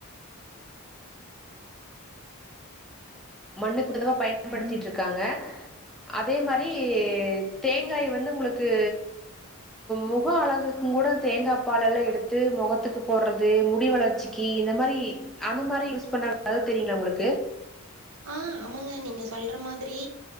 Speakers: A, in the centre; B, on the right.
A: மண்ணுக்கு பொதுவா பயன்படுத்திகிட்டு
B: ம்
A: இருக்காங்க அதே மாதிரி தேங்காய் வந்து உங்களுக்கு முக அழகுக்கும் கூட தேங்காய் பால் எல்லாம் எடுத்து முகத்துக்கு போடுறது முடி வளர்ச்சி இந்த மாதிரி அந்த மாதிரி ப அது தெரியுங்களா உங்களுக்கு
B: ஆஹ் ஆமாங்க நீங்க சொல்ற மாதிரி